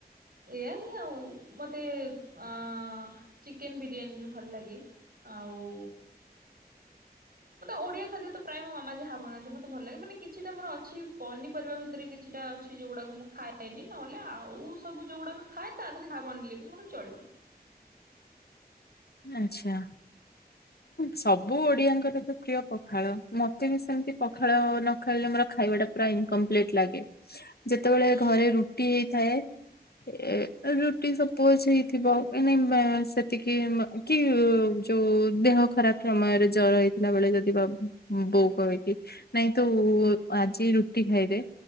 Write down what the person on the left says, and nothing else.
ଆଚ୍ଛା। ସବୁ ଓଡିଆଙ୍କର ତ ପ୍ରିୟ ପଖାଳ ମତେ ବି ସେମତି ପଖାଳ ନ ଖାଇଲେ ମୋର ଖାଇବା ଟା ପୁରା ଇନକମ୍ପ୍ଲିଟ ଲାଗେ ଯେତେବେଳେ
ଘରେ ରୁଟି ହେଇଥାଏ ଏ ରୁଟି ସପୋଜ ହେଇଥିବା କାହିଁକି କୁନ୍ ନା ସେତିକି <unintelligible> କି ଯୋଉ ଦେହ ଖରାପ ସମୟରେ ଜର ହେଇଥିଲା ବେଳେ ଯଦି ବା ବଉ କହିକି ନାଇଁ ତ ଆଜି ରୁଟି ଖାଇଦେ